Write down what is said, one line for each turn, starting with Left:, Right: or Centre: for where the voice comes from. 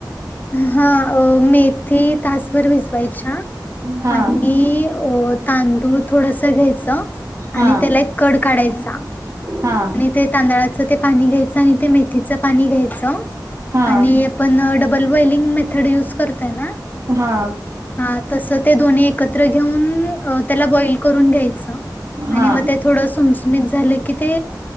Left: हा मेथी तासभर भिजवायच्या.
Right: हा
Left: आणि अ तांदूळ थोडस घ्यायच. आणि
Right: हा
Left: त्याला एक कड काढायचा
Right: हा
Left: ते तांदळाच ते पाणी घ्यायच आणि ते मेथीच पाणी घ्यायचं
Right: हा हा
Left: आणि आपण डबल व्हेलिंग मेथड यूज करताय ना
Right: हा हा
Left: हा तसंच ते दोन्ही एकत्र घेऊन त्याला बॉयल करून घ्यायच आणि
Right: हा
Left: मग त्यात थोडं सुमसुमीत झालं की ते